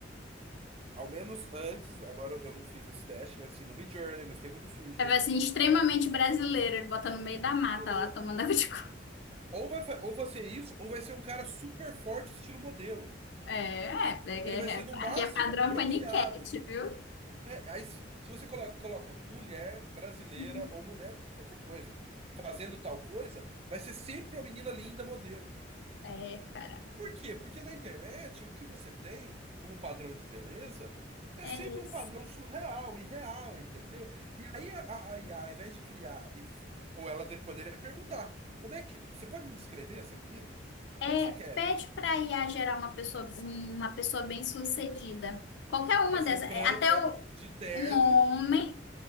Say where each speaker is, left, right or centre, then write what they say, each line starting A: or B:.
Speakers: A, on the right; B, on the left.
A: Ao menos antes, agora eu não fiz esse teste, mas assim, no Midjourney, no Stable Diffusion.
B: É, vai assim, extremamente brasileiro, ele bota no meio da mata
A: Ah, não.
B: lá, tomando água de coco.
A: Ou vai, fa- ou vai ser isso, ou vai ser um cara super forte, estilo modelo.
B: É, é, é,
A: Ele vai ser
B: é, é,
A: no
B: aqui
A: máximo
B: é padrão
A: bronzeado.
B: paniquete, viu?
A: É, aí, se se você colo- coloca, mulher brasileira
B: Uhum.
A: ou mulher, qualquer coisa, fazendo tal coisa, vai ser sempre uma menina linda modelo.
B: É, cara,
A: Por quê? Porque na internet o que você tem como padrão de beleza é
B: é
A: sempre um
B: isso.
A: padrão surreal, irreal, entendeu? E aí a, a, a IA, ao invés de criar, e- ou ela de- poderia perguntar: como é que. Você pode me descrever essa menina?
B: É,
A: Como é que você quer
B: pede
A: ela?
B: pra I a gerar uma pessoa, uma pessoa bem-sucedida. Qualquer uma
A: Vai ser
B: dessas,
A: branca,
B: é, até o,
A: de terno,
B: um homem,